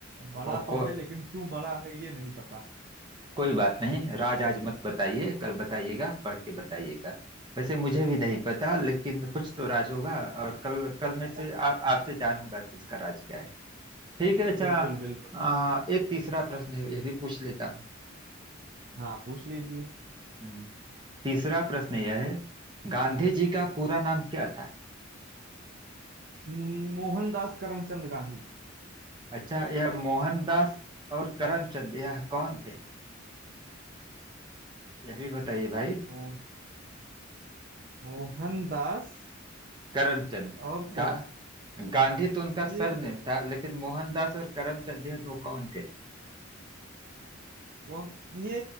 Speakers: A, on the right (about 50°); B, on the right (about 25°).
A: बड़ा
B: हो
A: तो
B: को,
A: है लेकिन क्यों बड़ा है ये नहीं पता
B: कोई बात नहीं राज आज मत बताइए कल बताइएगा पढ़ के बताइएगा वैसे मुझे भी नहीं पता लेकिन कुछ तो राज होगा और कल कल
A: <laughs>
B: में से आ- आपसे जानूंगा कि उसका राज क्या है ठीक है अच्छा
A: बिल्कुल बिल्कुल
B: आ, एक तीसरा प्रश्न है यह भी पूछ लेता हूँ
A: हाँ पूछ लीजिए
B: हम्म, तीसरा प्रश्न यह है गांधी जी का पूरा नाम क्या था
A: म- मोहनदास करमचंद गांधी
B: अच्छा यह मोहनदास और करमचंद यह कौन थे यह भी बताइए भाई
A: मो, मोहनदास
B: करमचंद
A: और
B: गा,
A: करम
B: गांधी तो उनका सरनेम
A: ये तो
B: था लेकिन मोहनदास और करमचंद यह दो कौन थे
A: कौन- ये